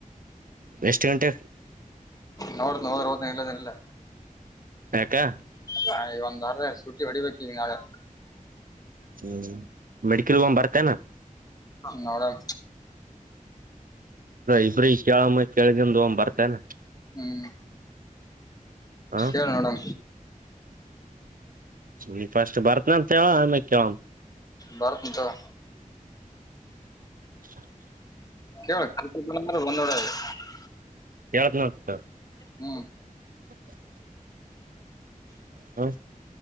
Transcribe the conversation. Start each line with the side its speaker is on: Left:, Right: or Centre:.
Right: ಎಷ್ಟು ಗಂಟೆ
Left: ನೋಡ್ತನ ಹೋದ್ರ ಹೋದ್ನ ಇಲ್ಲಂದ್ರ ಇಲ್ಲ
Right: ಯಾಕೆ
Left: ಹಾ ಈಗ ಒಂದ್ಾರ ಶುಟಿ ಹೊಡಿಬೇಕು ಈಗ ನಾಳೆ
Right: ಹ್ಮ್ ಮೆಡಿಕಲ್ ಹಂದು್ ಬರ್ತೇನಾ
Left: ನೋಡನಾ
Right: ಇಬ್ರ ಕೆೇಳಮ್ಮ ಕೆಳ್ಗನ್ ಹ ಬರ್ತೇನ
Left: ಹ್ಮ್
Right: ಹ
Left: ಕೇಳು ನೋಡಮ
Right: ನೀ ಫಸ್ಟ್ ಬರ್ತ್ನಂತ ಹೇಳವ ಆಮೇಲೆ ಕೇಳೋಣ
Left: ಬರ್ತಿನ್ ತಗೋ
Right: ಹ <unintelligible>
Left: ಕವ ಬಂದುಡ <unintelligible>
Right: ಎೇಳ್ತ ನ ಸರ್ <unintelligible> <inaudible>
Left: ಹ್ಮ
Right: ಹ್ಮ <unintelligible> ಹ